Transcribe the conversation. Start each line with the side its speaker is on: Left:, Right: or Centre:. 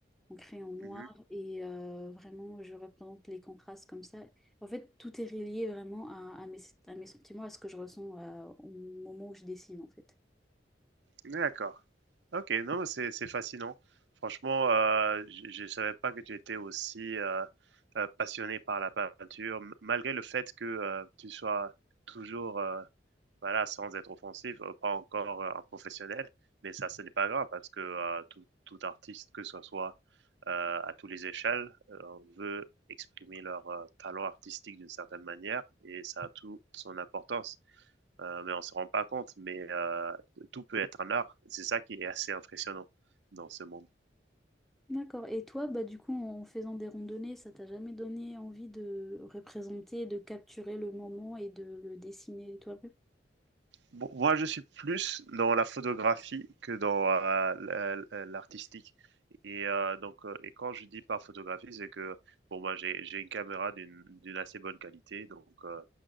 Centre: en crayon noir.
Right: Mmh
Centre: Et euh, vraiment, je représente les contrastes comme ça. En fait, tout est relié vraiment à, à mes, à mes sentiments, à ce que je ressens euh, au moment où je dessine, en fait.
Right: D'accord. OK, non, mais c'est c'est fascinant. Franchement, heu, je je savais pas que tu étais aussi, heu heu, passionnée par la peinture, m malgré le fait que, heu, tu sois toujours, heu, voilà, sans être offensif, heu, pas encore, heu, un professionnel, mais ça, ce n'est pas grave parce que, heu, tout tout artiste, que ce soit, heu, à tous les échelles, heu, veut exprimer leur, heu, talent artistique d'une certaine manière et ça a toute son importance euh, mais on se rend pas compte. Mais euh, tout peut être un art. C'est ça qui est assez impressionnant dans ce monde.
Centre: D'accord. Et toi, bah, du coup, en faisant des randonnées, ça t'a jamais donné envie de représenter, de capturer le moment et de le dessiner toi-même?
Right: Bon, moi, je suis plus dans la photographie que dans euh, l- l- l'artistique. Et euh, donc, euh, et quand je dis par photographie, c'est que bon, moi, j'ai j'ai une caméra d'une d'une assez bonne qualité, donc euh,